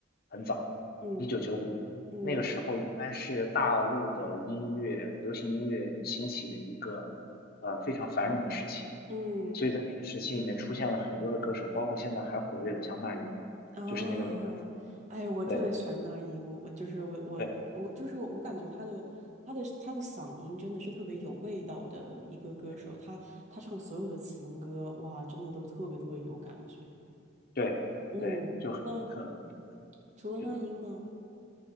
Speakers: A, on the left; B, on the right.
A: 很早，
B: 嗯
A: 一九九五年，
B: 嗯
A: 那个时候应该是大陆的音乐，流行音乐兴起的一个呃非常繁荣的时期。
B: 嗯
A: 所以在那个时期里面出现了很多的歌手，包括现在还活跃的像那英，
B: 啊，
A: 就是那个年代出来的。
B: 哎，我特别喜欢那英，
A: 对
B: 我我就是我我我就是我感觉她的她的她的嗓音真的是特别有味道的一个歌手，
A: 对对
B: 她她唱所有的情歌，哇，真的都特别特别有感觉。
A: 对对，
B: 嗯，
A: 就很独特，
B: 那
A: 很独特。
B: 除了那英呢？
A: 是的。